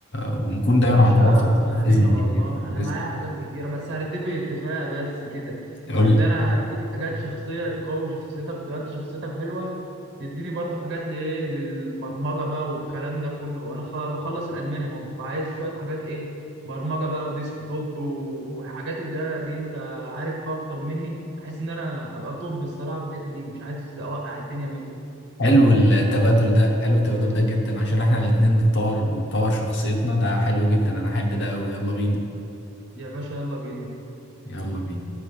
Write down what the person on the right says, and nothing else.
يا باشا
احنا
عنينا والله
انا معايا حاجات كتيره بس هنتفق اتفاق بس كده
ان
انا هديك حاجات شخصيه تقوي شخصيتك وتبقى انت شخصيتك حلوه تديني برضه حاجات لايه للبرمجه بقى والكلام ده كله انا خ- بخلص الالماني اهو فعايز شويه حاجات ايه برمجه بقى وديسك توب و- والحاجات اللي هي دي انت عارف فيها اكتر مني بحيث ان انا ابقى توب الصراحه في الحته دي مش عايز اوقع الدنيا مني
يا باشا يلا بينا